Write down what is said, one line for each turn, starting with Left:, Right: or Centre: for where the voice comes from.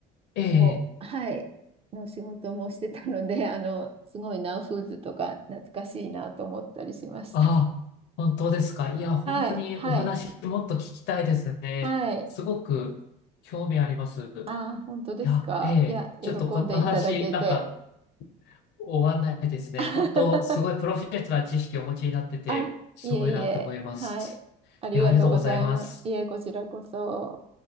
Left: ええ、
Right: こうはい、の仕事もしてたので、あのすごいナウフーズとか懐かしいなと思ったりしました。
Left: あ、本当ですか。いや、本当にお話もっと聞きたいですね。
Right: はい、はい、はい。
Left: すごく興味あります。い
Right: あー、本当ですか。
Left: や、ええ、
Right: いや、喜んでいただけて。
Left: ちょっとこの話、なんか、終わんないですね。
Right: <laughs>
Left: 本当、すごいプロフェッショナルな知識をお持ちになってて、
Right: あ、
Left: すごいなって思います。
Right: いえいえ、はい。ありがとうございます。
Left: いや、ありがとうございます。
Right: いえ、こちらこそ。